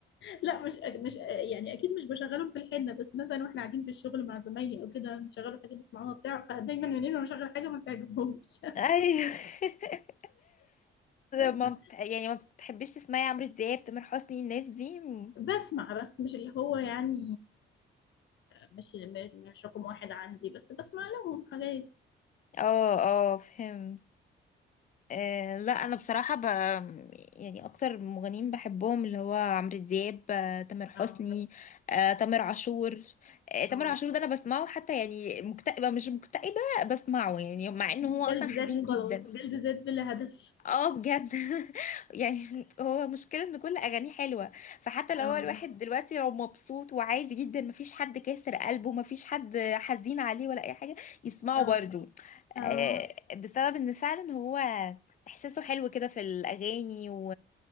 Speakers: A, on the left; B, on the left.
A: لا مش مش يعني اكيد مش بشغلهم في الحنه بس مثلا واحنا قاعدين في الشغل مع زمايلي او كده بنشغلوا حاجه نسمعوها بتاع فدايما منين ما بشغل حاجه ما بتعجبهمش
B: ايوه <laughs>
A: <laughs>
B: ما بت... يعني ما بتحبيش تسمعي عمرو دياب تامر حسني الناس دي م-
A: بسمع بس مش اللي هو يعني مش مش رقم واحد عندي بس بسمع لهم حاجات
B: اه اه فهمت آه لا انا بصراحه ب... يعني اكتر مغنيين بحبهم اللي هو عمرو دياب آه تامر حسني
A: اه
B: آه تامر عاشور آه تامر
A: اه
B: عاشور ده انا بسمعه حتى يعني مكتئبه مش مكتئبه بسمعه يعني مع انه
A: جلد
B: هو اصلا حزين
A: ذات وخلاص
B: جدا
A: جلد ذات بلا هدف
B: اه بجد <laughs> يعني هو مشكلة ان كل اغانيه حلوة فحتى لو
A: اه
B: هو الواحد دلوقتي لو مبسوط وعادي جدا مفيش حد كاسر قلبه مفيش حد حزين عليه ولا اي حاجة يسمعه
A: اه
B: برضو
A: اه
B: آه، بسبب ان فعلا هو احساسه حلو كده في الاغاني و...